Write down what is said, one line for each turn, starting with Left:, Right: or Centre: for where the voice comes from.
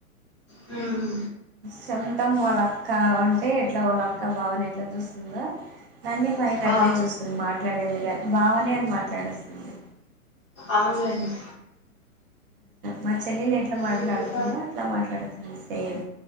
Left: మ్మ్
Right: సంతం వాళ్ళక్క అంటే ఎట్ల వాళ్ళక్క బావనెట్లా చూస్తుందో నన్నీ మైనట్లే
Left: ఆ
Right: చూస్తుంది మాట్లాడేది గాన్ బావనే అని మాట్లాడేస్తుంది
Left: అవునులేండి
Right: మచ్ తెలిల్ల్ ఎట్ల మాట్లాడుతుందో
Left: ఉమ్,
Right: అట్ల మాట్లాడుతుంది సేమ్